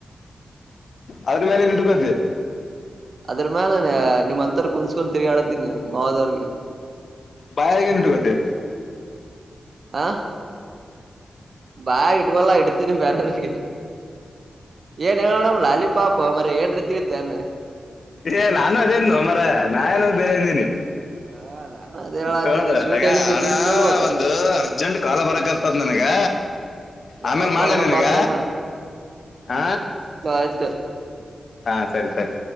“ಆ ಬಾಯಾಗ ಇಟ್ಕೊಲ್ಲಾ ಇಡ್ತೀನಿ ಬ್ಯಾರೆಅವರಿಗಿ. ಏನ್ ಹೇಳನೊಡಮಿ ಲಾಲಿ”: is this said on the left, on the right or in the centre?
Right